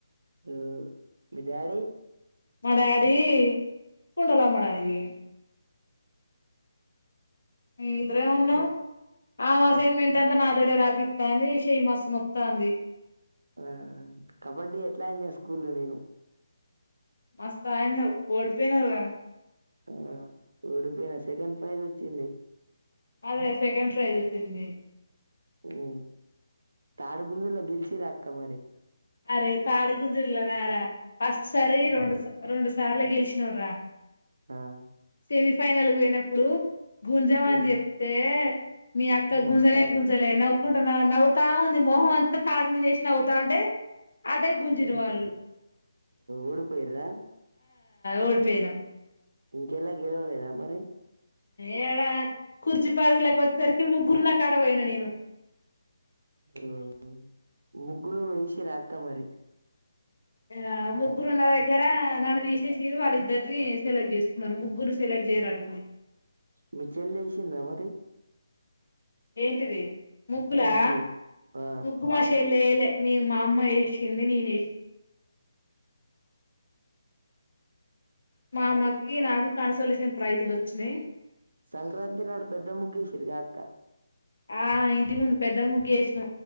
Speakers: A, on the right; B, on the left.
A: అ మీ డాడీ
B: మా డాడీ కుండలు అమ్మడానికి మేమిద్దరమే ఉన్నాం
A: ను
B: ఆమె అసైన్మెంట్ అంతా నాతోటే రాయించుతంది చెయ్యి మస్తు నొత్తంది
A: ఆ కబడ్డీ ఎట్లానా చేస్ కులే నేను
B: మస్తాడినవ్ ఓడిపోయినవుగా
A: ఆ ఓడిపోయిన సెకండ్ ప్రైజ్ వచ్చింది
B: అదే సెకండ్ ప్రైస్ చింది
A: ఉ తాడిగుంజుల గెలిచిరా అక్క మరి
B: అరే తాడు గుంజుల్లనార ఫస్ట్ సారి రెండుస్ రెండుస్ సార్ల గెలిచిన్రా
A: ఆ
B: సెమీ ఫైనల్ కు పోయినప్పుడు గుంజమాని
A: హ్మ్.
B: చెప్తే మీ అక్క
A: ఆ!
B: గుంజలే గుంజలేనా కుంటా నవుతా ఉంది. మొహం అంతా తాడు మీద వేసి నవ్వుతా అంటే అటే గుంజిరు
A: ఉ
B: వాళ్ళు
A: ఓడిపోయిర్రా
B: ఓడిపోయినం
A: ఇంకెలా గెలవలేేద మరి
B: ఏడా కూర్చిపరుగుల కొచ్ సరికి ముగ్గురు ఉన్న కాడ పోయినా నేను
A: ఆహ్ ముగ్గురు వేసిరా అక్క మరి
B: ఆ ముగ్గురు ఉన్న దగ్గర నన్ను తీసేసిర్రు. వాళ్ళు ఇద్దరిని సెలెక్ట్ చేసుకున్నారు. ముగ్గురు సెలెక్ట్ చేయరట వాళ్ళు.
A: మీ చెల్లె వేసిందా మరి
B: ఏంటిది ముగ్గులా
A: ముగ్గు? ఆ!
B: ముగ్గు మాషేప్ లేలే నే మా అమ్మ ఏసింది నేను వేసి మామకి కి నాకు కన్సలేేషన్ ప్రైజ్లు వచ్చినై
A: సంక్రాంతి నాడు పెద్ద ముగ్గేసిర్రు కాద్
B: ఆ ఇ టి ముందు పెద్ద ముగ్గు వేసిన